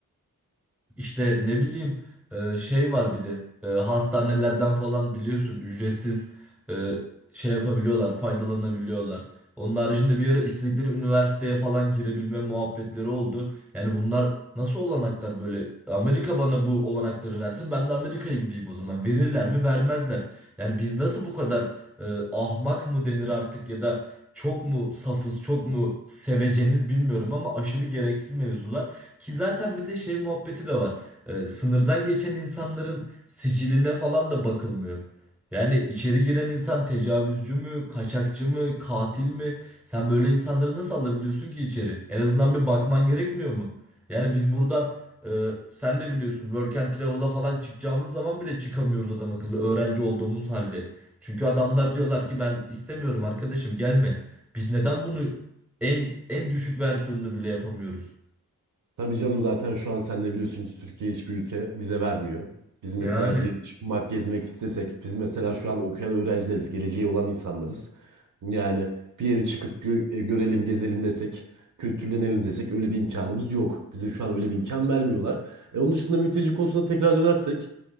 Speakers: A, in the centre; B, on the right (about 60°).
A: işte ne bileyim e, şey var bir de e, hastanelerden falan biliyorsun ücretsiz e, şey yapabiliyorlar, faydalanabiliyorlar. Onun haricinde bir ara istedikleri üniversiteye falan girebilme muhabbetleri oldu. Yani bunlar nasıl olanaklar böyle? Amerika bana bu olanakları versin, ben de Amerika'ya gideyim o zaman. Verirler mi? Vermezler. Yani biz nasıl bu kadar e, ahmak mı denir artık ya da çok mu safız, çok mu seveceniz bilmiyorum ama aşırı gereksiz mevzular. Ki zaten bir de şey muhabbeti de var. Ee, sınırdan geçen insanların siciline falan da bakılmıyor. Yani içeri giren insan tecavüzcü mü, kaçakçı mı, katil mi? Sen böyle insanları nasıl alabiliyorsun ki içeri? En azından bir bakman gerekmiyor mu? Yani biz buradan e, sen de biliyorsun work and travel'a falan çıkacağımız zaman bile çıkamıyoruz adam akıllı öğrenci olduğumuz halde. Çünkü adamlar diyorlar ki ben istemiyorum arkadaşım gelme. Biz neden bunu en en düşük versiyonunu bile yapamıyoruz?
B: Tabii canım zaten şu an sen de biliyorsun ki Türkiye hiçbir ülke vize vermiyor. Biz mesela
A: Yani.
B: bir yere çıkmak, gezmek istesek, biz mesela şu an okuyan öğrencileriz, geleceği olan insanlarız. Yani bir yere çıkıp gö- e, görelim, gezelim desek, kültürlenelim desek öyle bir imkanımız yok. Bize şu an öyle bir imkan vermiyorlar. E, onun dışında mülteci konusuna tekrar dönersek,